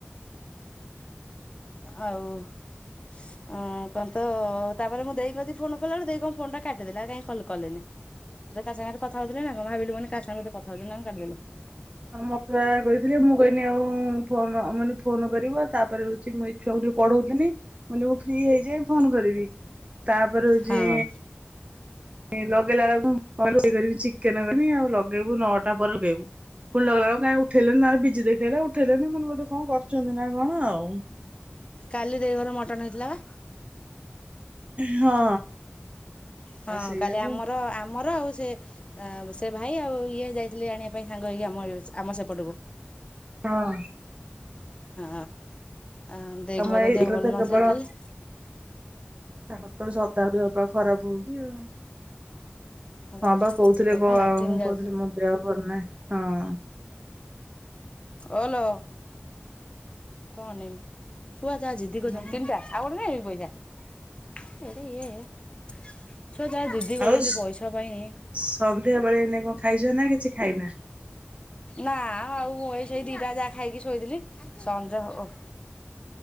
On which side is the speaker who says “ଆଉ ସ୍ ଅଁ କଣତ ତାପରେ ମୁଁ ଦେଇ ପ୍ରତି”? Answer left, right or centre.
Left